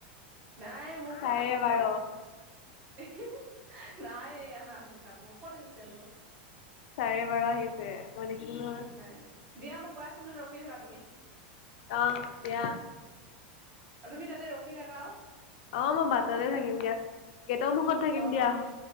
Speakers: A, on the right; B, on the left.
A: নাই মোৰ
B: চাৰে
A: ক'ত আহিছে?
B: বাৰ,
A: <unintelligible> নাই আহা, মুঠা মোৰ ক'ত আহিছে মোৰ?
B: চাৰে বাৰ আহি আছে, মই দেখিছো নহয়।
A: নাই নাই দিয়া মোক গৈ আছো নয় ৰখি থাকা তুমি।
B: অঁ দিয়া।
A: আৰু তুমি তাতে ৰখি থাকা অ'
B: অঁ মই বাটতে
A: শুনিছা
B: থাকিম দিয়া, গেটৰ মুখত থাকিম
A: অ
B: দিয়া।
A: বাটতে